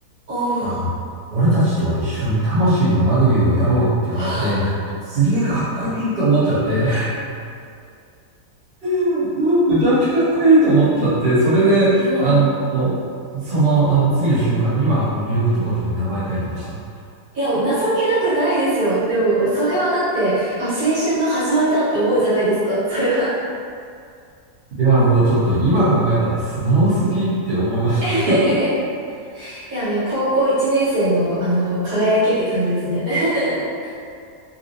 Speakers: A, on the right (about 75°); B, on the right (about 40°).
A: おー。
B: あの、俺たちと一緒に魂のラグビーをやろうって言われて、
A: <laughs>
B: すげえかっこいいと思っちゃって、<laughs> むちゃくちゃかっこいいと思っちゃって、それで、
A: いや、
B: あの、その、あの、次の瞬間には、あの、入部届に名前書いてました。
A: いや、情けなくないですよ。でも、それはだって、あ、青春の始まりだって思うじゃないですか。それは。
B: いや、もうちょっと今考えたら素直すぎって思いました。
A: <laughs>
B: <laughs>
A: いや、でも高校1年生の、あの、輝きって感じですね。<laughs>